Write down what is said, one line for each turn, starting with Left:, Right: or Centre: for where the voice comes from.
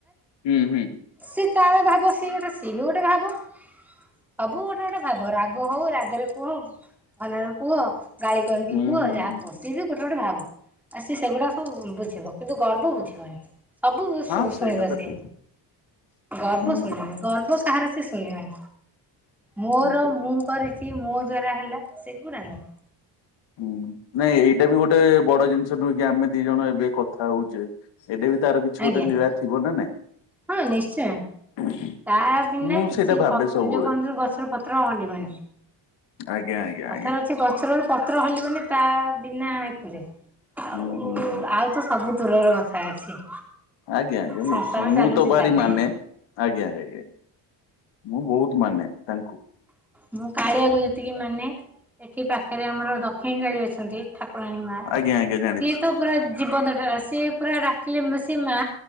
Left: ହୁଁ ହୁଁ
Centre: ସିଏ ତାର ଭାବ ସିଏ ଗୋଟେ ସିଏ ବି ଗୋଟେ ଭାବ। ସବୁ ଗୋଟେ ଗୋଟେ ଭାବ ରାଗ ହଉ ରାଗରେ କୁହ। ଭଲରେ କୁହ ଗାଳି କରିକି
Left: ହୁଁ
Centre: କୁହ
Left: ହୁଁ
Centre: ଯାହା
Left: ହୁଁ।
Centre: କୁହ। ସିଏ ବି ଗୋଟେ ଗୋଟେ ଭାବ ଆଉ ସି ସେଗୁଡାକ ସବୁ ବୁଝିବ କିନ୍ତୁ ଗର୍ବ ବୁଝିବନି। ସବୁ
Left: ହଁ
Centre: ଶୁଣି
Left: ସେଇଟା
Centre: ଶୁଣିବ
Left: ତ
Centre: ସି
Left: ଠିକ୍
Centre: ଗର୍ବ
Left: ହୁଁ
Centre: ଶୁଣିବନି ଗର୍ବ କାହାର ସେ ଶୁ ଶୁଣିବନି ମୋର
Left: ହୁଁ।
Centre: ମୁଁ କରିଚି ମୋ ଦ୍ଵାରା ହେଲା ସେଗୁଡା ନାଇଁ।
Left: ହୁଁ ନାଇଁ ଏଇଟା ବି ଗୋଟେ ବଡ ଜିନିଷ ନୁହେଁ କି ଆମେ ଦି ଜଣ ଏବେ କଥା ହଉଚେ ଏଟେବି ତାର କିଛି
Centre: ଆଜ୍ଞା
Left: ଗୋଟେ ଲୀଳା ଥିବ ନା ନାଇଁ।
Centre: ହଁ ନିଶ୍ଚୟ। ତା ବିନା
Left: ମୁଁ
Centre: କିଛି
Left: ସେଇଟା ଭାବେ
Centre: ପ
Left: ସବୁବେଳେ।
Centre: ଯୋଉ କହନ୍ତୁ ଗଛର ପତ୍ର ହଲିବନି।
Left: ଆଜ୍ଞା ଆଜ୍ଞା
Centre: କଥାରେ
Left: ଆଜ୍ଞା
Centre: ଅଛି ଗଛର ପତ୍ର ହଲିବନି ତା ବିନା ଏତିରେ। ଆଉ
Left: ହୁଁ ହୁଁ ହୁଁ
Centre: ଆଉ ତ ସବୁ ଦୂରର କଥା ଅଛି।
Left: ଆଜ୍ଞା ଆଜ୍ଞା ନିଶ୍ଚୟ
Centre: ସଂସାର
Left: ମୁଁ
Centre: ଚାଲୁଛି
Left: ତ ଭାରି
Centre: ତା ପାଇଁ।
Left: ମାନେ। ଆଜ୍ଞା ଆଜ୍ଞା ମୁଁ ବହୁତ ମାନେ। ତାଙ୍କୁ
Centre: ମୁଁ କାଳିଆକୁ ଯେତିକି ମାନେ ଏଠି ପାଖରେ ଆମର ଦକ୍ଷିଣୀ କାଳିଆ ଅଛି। ଠାକୁରାଣୀ ମା
Left: ଆଜ୍ଞା ଆଜ୍ଞା ଜାଣିଛି।
Centre: ସିଏ ତ ପୁରା ଜୀବନ୍ତ ଠାକୁ ସିଏ ପୁରା ରା ତାକିଲିପ୍ ସିଏ ମା